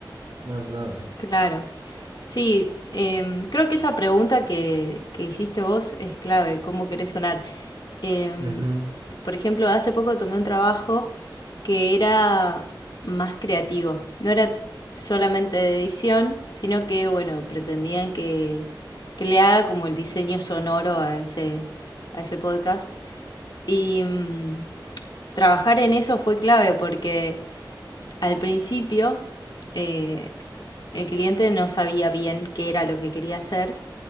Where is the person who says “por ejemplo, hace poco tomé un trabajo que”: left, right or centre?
Left